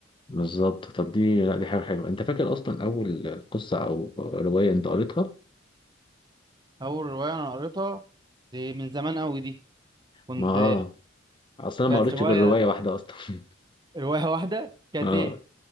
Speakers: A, on the left (about 25°); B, on the right (about 20°).
A: بالظبط طب دي لا دي حاجة حلوة انت فاكر اصلا اول قصة او رواية انت قريتها
B: اول روايه انا قريتها دي من زمان قوي دي كنت
A: ما اه اصلا أنا
B: كانت
A: ما قريتش
B: روايه
A: غير رواية واحدة اصلا <laughs>
B: روايه واحده كانت
A: اه
B: ايه